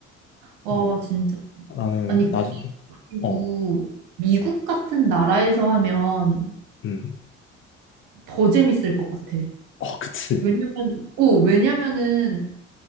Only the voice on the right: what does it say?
어,
진짜.
아니, 그-
그리고
미국 같은 나라에서 하면
더 재밌을 것 같아.
왜냐면, 오, 왜냐면은,